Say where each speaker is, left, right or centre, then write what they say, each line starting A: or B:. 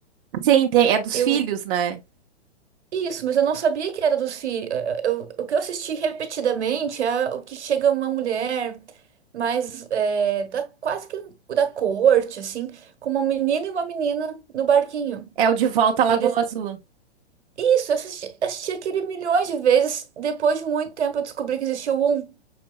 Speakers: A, on the right; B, on the right.
A: Sim, tem, é dos
B: Eu
A: filhos, né?
B: isso, mas eu não sabia que era dos filhos. Eu, o que eu assisti repetidamente é o que chega uma mulher mais é, da, quase que da corte, assim, com uma menina e uma menina no barquinho.
A: É o De Volta à Lagoa
B: E eles
A: Azul.
B: isso, eu assisti, assisti aquele milhões de vezes. Depois de muito tempo eu descobri que existia o um,